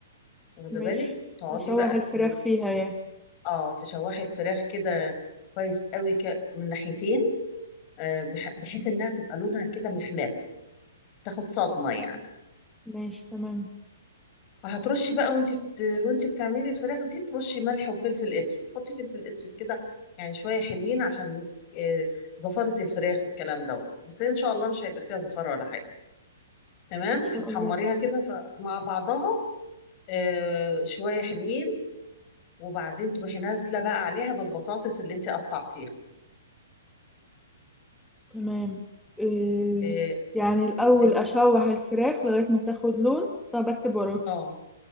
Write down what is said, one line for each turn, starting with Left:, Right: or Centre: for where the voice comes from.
Left: واخدة
Centre: ماشي
Left: بالك تقعدي
Centre: اشوح
Left: بقى
Centre: الفراخ
Left: ت...
Centre: فيها يعني
Left: اه تشوحي الفراخ كده كويس قوي ك... من ناحيتين آه بح... بحيث انها تبقى لونها كده محمر تاخد صدمة يعني
Centre: ماشي تمام
Left: هترشي بقى وانت بت... وانت بتعملي الفراخ دي ترشي ملح وفلفل اسود تحطي فلفل اسود كده يعني شويه حلوين عشان آه، زفاره الفراخ والكلام دوت بس هي ان شاء الله مش هيبقى فيها زفاره ولا حاجه تمام
Centre: ان شاء
Left: هتحمريها
Centre: الله
Left: كده ف- مع بعضها آه، شويه حلوين وبعدين تروحي نازله بقى عليها بالبطاطس اللي انت قطعتيها
Centre: تمام إيه
Left: اه
Centre: يعني الاول
Left: إن-
Centre: اشوح الفراخ لغاية ما تاخد لون صعب اكتب وراكي
Left: اه